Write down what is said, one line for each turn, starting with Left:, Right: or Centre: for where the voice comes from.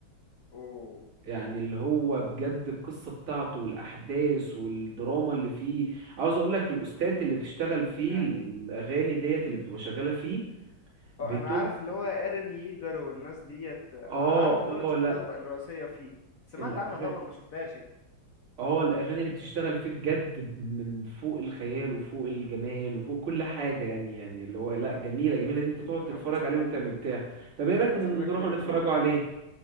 Left: اوه
Right: يعني اللي هو بجد القصة بتاعته والأحداث والدراما اللي فيه عاوز أقولك الأستاذ اللي بيشتغل فيه
Left: يعني
Right: الأغاني ديت اللي بتبقى شغالة فيه بتبقى
Left: اه انا عارف اللي هو ايرن ييجر والناس ديت انا
Right: اه
Left: عارف اللي هو الشخصيه
Right: اه لا
Left: الرئيسيه فيه سمعت
Right: الأغ-
Left: عنها طبعا ما شفتهاش يعني
Right: اه الأغاني اللي بتشتغل فيه بجد من فوق الخيال وفوق الجمال وفوق كل حاجة يعني يعني اللي هو لا جميلة جميلة دي انت تقعد
Left: انت
Right: تتفرج
Left: حمستني
Right: عليه وانت مرتاح طب ايه رأيك
Left: عايز
Right: نروح
Left: اقول لك برضو
Right: نتفرجوا عليه